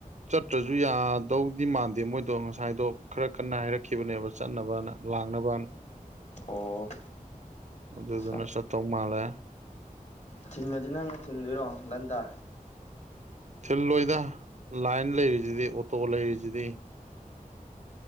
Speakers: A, on the right (about 55°); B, on the left (about 50°).
A: ꯆꯠꯇ꯭ꯔꯁꯨ ꯌꯥꯗꯧꯗꯤ ꯃꯥꯟꯗꯦ ꯃꯣꯏꯗꯣ ꯉꯁꯥꯏꯗꯣ ꯈꯔ ꯀꯟꯅ ꯍꯥꯏꯔꯛꯈꯤꯕꯅꯦꯕ ꯆꯠꯅꯕꯅ ꯂꯥꯡꯅꯕ
B: ꯑꯣ
A: ꯑꯗꯨ
B: ꯁꯥ
A: ꯑꯗꯨꯅ ꯁꯇ ꯃꯥꯂꯦ
B: ꯊꯤꯟꯕꯗꯤ ꯅꯪꯅ ꯊꯤꯟꯗꯣꯏꯔꯣ ꯟꯇꯥ
A: ꯊꯤꯜꯂꯣꯏꯗ ꯂꯥꯏꯟ ꯂꯩꯔꯤꯁꯤꯗꯤ ꯑꯣꯇꯣ ꯂꯩꯔꯤꯁꯤꯗꯤ